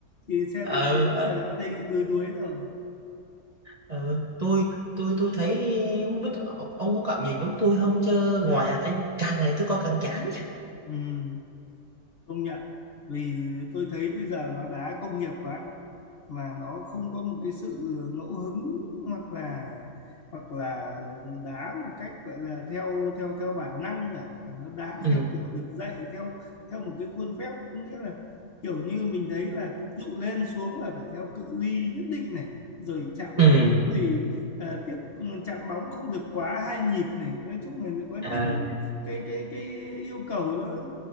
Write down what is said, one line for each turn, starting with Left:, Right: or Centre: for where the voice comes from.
Left: thì sẽ
Right: ờ,
Left: đến bốn
Right: ờ,
Left: là đã thấy đuối đuối rồi
Right: ờ, tôi tôi tôi thấy không biết ông có cảm nhận giống tôi không chứ ngoài hàng Anh càng ngày tôi coi càng chán nha
Left: ừ, công nhận vì tôi thấy bây giờ nó đá công nghiệp quá mà nó không có một cái sự ngẫu hứng hoặc là hoặc là đá một cách gọi là theo theo theo bản năng cả mà nó đá
Right: ừ
Left: theo kiểu được dạy theo theo một cái khuôn phép có nghĩa là kiểu như mình thấy là ví dụ lên xuống là phải theo cự ly nhất định này rồi chạm
Right: ừ
Left: bóng thì ờ, tiếp chạm bóng không được quá hai nhịp này nói chung là có những
Right: à,
Left: cái cái cái yêu cầu nó